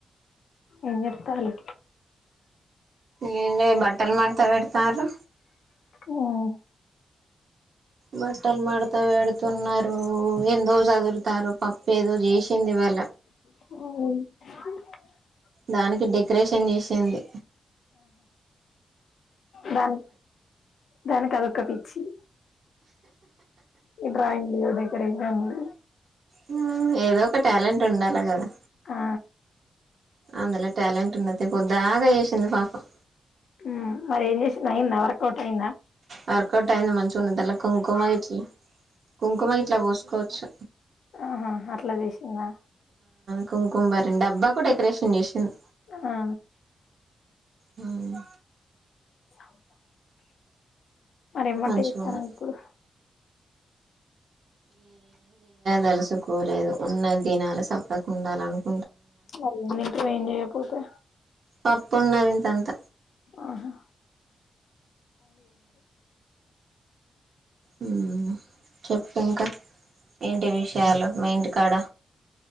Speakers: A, on the left; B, on the right.
A: ఏంచేతలవు
B: ఏంలే బట్టలు మడుతా పెడుతారు
A: మ్
B: బట్టల్ మడుతవేడ్ తున్నారు ఎందో చదురుతారు పప్పు ఏదో చేసింది ఇ వళ
A: ఆ
B: దానికి డెకరేషన్ చేశింది
A: దాన్ దానికదొక పి చ్చి ఈ డ్రయింగ్లు డేకరేషన్లు
B: మ్ ఏదో ఒక టాలెంట్ ఉండాలా కదా
A: ఆ
B: అందులో ట్యాలెంట్ ఉన్నది పొద్దాకా చేసింది పాపం
A: ఆ మరి ఏం చేసింది అయిందా వర్కౌట్ అయిందా
B: వర్కౌట్ అయింది మంచిగా ఉన్నది అల్ల కుంకుమ ఇట్లా కుంకుమ గిట్లా పోసుకోవచ్చు
A: ఆహా అట్లా చేసిందా
B: కుంకుంమ బరని అబ్బాకుడేకరేషన్ చేసింది
A: ఆ
B: హుమ్
A: స మరి ఎం బడ్డే
B: మంచిగా
A: చేతనావ్
B: ఉంది
A: ఇప్పుడు
B: తెలుసుకోలేదు ఉన్న దినాల సప్పుడేక ఉండాలనుకు
A: మరి ఎం తింటారు ఎం చేయపోతే
B: పప్పున్నది ఇంతంత
A: ఆహా
B: మ్ చెప్పు ఇంకా ఎంటి విషయాలు మీ ఇంటికాడ